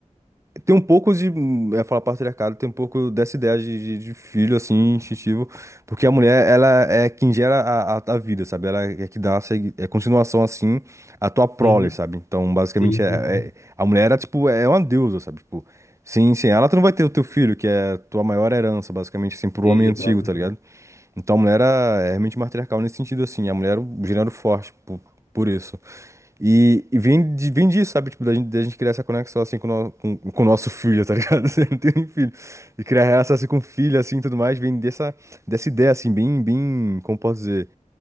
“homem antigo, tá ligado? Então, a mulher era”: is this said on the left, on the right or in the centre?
Right